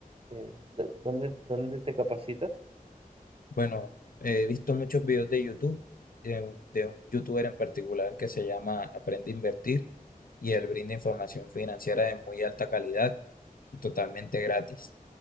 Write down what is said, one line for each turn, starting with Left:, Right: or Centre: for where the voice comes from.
Right: Eh, ¿de- ¿dónde, dónde te capacitas?
Left: Bueno, he visto muchos videos de YouTube, de un, de un youtuber en particular que se llama Aprende a Invertir y él brinda información financiera de muy alta calidad y totalmente gratis.